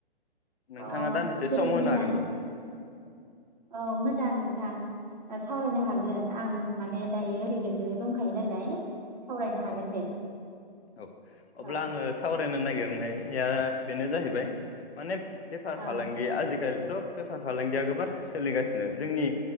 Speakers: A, on the left; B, on the right.
A: नोंथाङा
B: अ
A: दान्दिसे
B: जोबोद
A: सम होनो
B: मोजां
A: हागोन नामा?
B: औ मोजां नोंथां। सावरायनो हागोन आं माने दायो ओरैनोबो दंखायो नालाय। सावरायनो हागोन
A: औ
B: दे
A: औ अब्ला
B: औ
A: आङो सावरायनो नागिरनाय या बेनो जाहैबाय माने बेफार
B: ओं
A: फालांगि आजिखालिथ बेफार फालांगिया गोबार सोलिगासिनो जोंनि